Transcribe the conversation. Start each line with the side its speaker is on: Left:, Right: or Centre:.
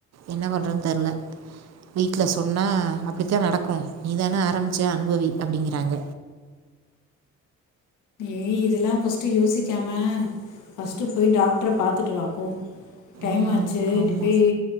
Right: என்ன பண்றதுன் தெர்ல வீட்ல சொன்னா அப்டிதா நடக்கும் நீ தான ஆரம்பிச்ச அனுபவக அப்டிங்றாங்க
Left: ஏய் இதெல்லா ஃபஸ்ட்டு யோசிக்காம ஃபஸ்ட்டு போய் டாக்டர பாத்துட்டு வா போ டைம்
Right: ம்
Left: ஆச்சு
Right: ஆமாம்
Left: நீ போய்